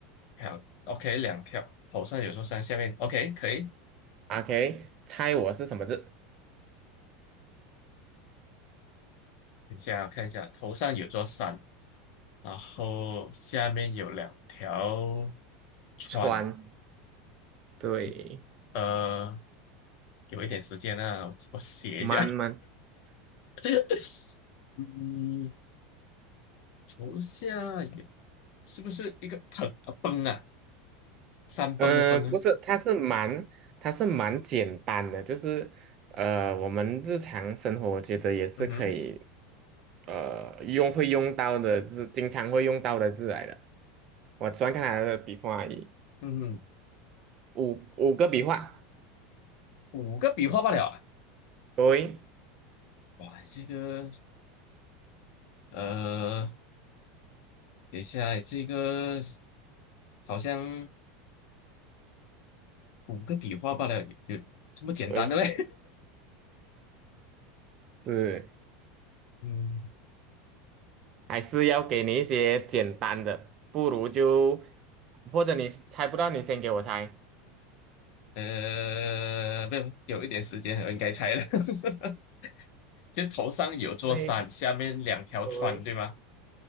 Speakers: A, on the left (about 45°); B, on the right (about 30°).
A: 好，OK，两条，头上有座山，下面 OK，可以。
B: ，OK，猜我是什么字？
A: 等一下看一下，头上有座山，然后下面有两条川，
B: 川，对，
A: 就呃，有一点时间啊，我我写一下。
B: 蛮蛮，
A: <laughs> 嗯，头下有，是不是一个盆啊崩啊？山崩的崩啊，
B: 嗯、不是，它是蛮，它是蛮简单的，就是。呃，我们日常生活我觉得也是可以
A: 嗯哼，
B: 呃用会用到的字，经常会用到的字来的。我喜欢看他的笔画，已，
A: 嗯哼，
B: 五五个笔画，
A: 五个笔画罢了啊！
B: 对
A: 哇，这个呃，等一下，这个好像五个笔画罢了，有有这么简单的呗？
B: 对，是
A: <laughs> 嗯，
B: 还是要给你一些简单的，不如就或者你猜不到，你先给我猜。
A: 呃，不，有一点时间，我应该猜了。<laughs> 就头上有座山，
B: 对
A: 下面两条船，
B: 对，
A: 对吗？